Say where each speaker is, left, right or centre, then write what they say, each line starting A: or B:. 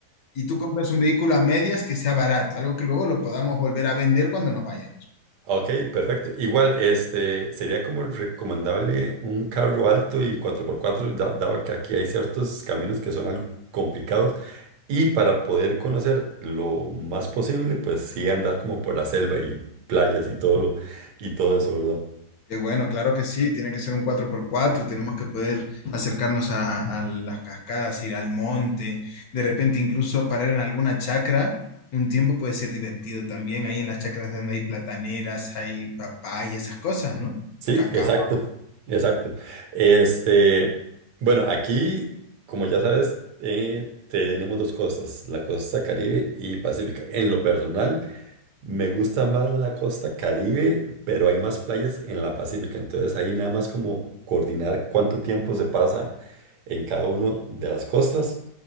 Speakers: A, on the left; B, on the right.
A: y tú compras un vehículo a medias que sea barato, algo que luego lo podamos volver a vender cuando nos vayamos.
B: ok, perfecto. Igual, este, sería como recomendable un carro alto y cuatro por cuatro, da- dado que aquí hay ciertos caminos que son algo complicados y para poder conocer lo más posible, pues sí andar como por la selva y playas y todo lo, y todo eso, ¿verdad?
A: Qué bueno, claro que sí, tiene que ser un cuatro por cuatro tenemos que poder acercarnos a, a las cascadas, ir al monte, de repente incluso parar en alguna chacra, un tiempo puede ser divertido también, ahí en las chacras donde hay plataneras, hay papaya, esas cosas, ¿no?
B: Sí,
A: Cacao,
B: exacto, exacto. Este, bueno, aquí, como ya sabes, eh, tenemos dos costas, la costa Caribe y Pacífica. En lo personal, me gusta más la costa Caribe, pero hay más playas en la Pacífica. Entonces ahí nada más como coordinar cuánto tiempo se pasa en cada uno de las costas